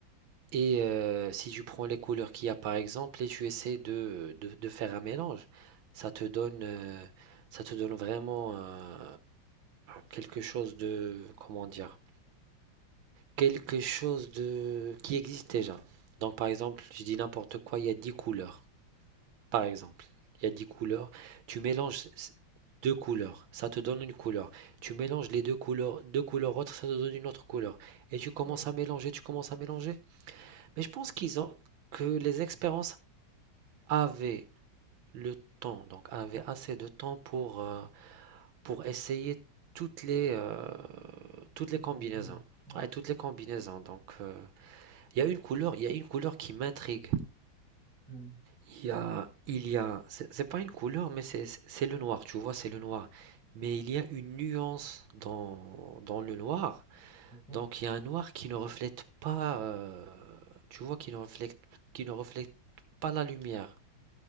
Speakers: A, on the right; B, in the centre.
A: et euh, si tu prends les couleurs qu'il y a, par exemple, et tu essaies de, de, de faire un mélange, ça te donne, euh, ça te donne vraiment euh, quelque chose de, comment dire? quelque chose de qui existe déjà. Donc par exemple, je dis n'importe quoi, il y a 10 couleurs. Par exemple, il y a 10 couleurs. Tu mélanges deux couleurs, ça te donne une couleur. Tu mélanges les deux couleurs, deux couleurs autres, ça te donne une autre couleur. Et tu commences
B: Hmm.
A: à mélanger, tu commences à mélanger. Mais je pense qu'ils ont que les experts avaient le temps, donc avaient assez de temps pour, euh, pour essayer toutes les, euh, toutes les
B: Les
A: combinaisons.
B: combinaisons. Ouais.
A: Ouais, toutes les combinaisons. Donc, euh, Il y a une couleur, il y a une couleur qui m'intrigue.
B: Hmm.
A: Il y a, il y a, c'est c'est pas une couleur, mais c'est c'est- le noir, tu vois, c'est le noir. Mais il y a une nuance dans, dans le noir.
B: Ok.
A: Donc il y a un noir qui ne reflète pas, euh, tu vois, qui ne reflète, qui ne reflète pas la lumière.